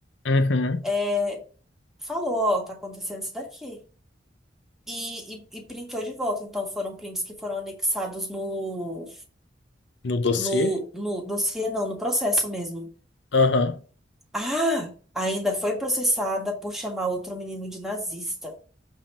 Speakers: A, on the left; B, in the centre.
A: Uhum.
B: é, falou: Ó, tá acontecendo isso daqui. E, e, e printou de volta. Então foram prints que foram anexados no
A: No dossiê?
B: no, no dossiê, não, no processo mesmo.
A: Aham.
B: Ah, ainda foi processada por chamar outro menino de nazista,